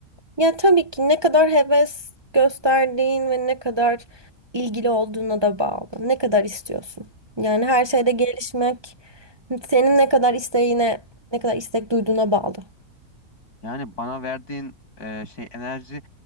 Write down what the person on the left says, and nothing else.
Yani bana verdiğin e, şey enerji